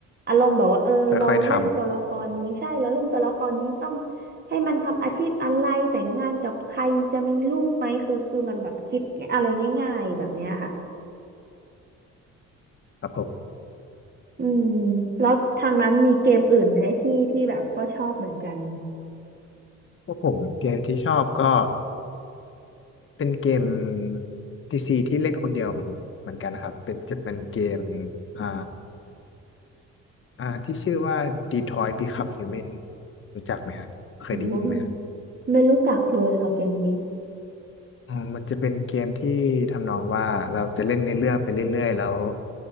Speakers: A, on the right; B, on the left.
A: อารมณ์แบบว่าเออเราเล่นตัวละครนี้ใช่เราเล่นตัวละครนี้ต้อง
B: ค่อยๆท
A: ให้มันทำอาชีพอะไรแต่งงานกับใครจะมีลูกไหมคือคือมันแบบคิดอะไรง่ายๆแบบเนี้ยค่ะ
B: ำครับผม
A: อืมแล้วทางนั้นมีเกมอื่นไหมที่ที่แบบก็ชอบเหมือนกัน
B: พวกผมเกมที่ชอบก็เป็นเกม PC ที่เล่นคนเดียวเหมือนเหมือนกันนะครับเป็นจะเป็นเกมอ่าอ่าที่ชื่อว่า Detroit Become Human รู้จักไหมฮะเคยได้ยินไหม
A: โอ้โหไม่รู้จักเลยค่ะเกมนี้
B: อ๋อมันจะเป็นเกมที่ทำนองว่าเราจะเล่นในเรื่องไปเรื่อยๆแล้ว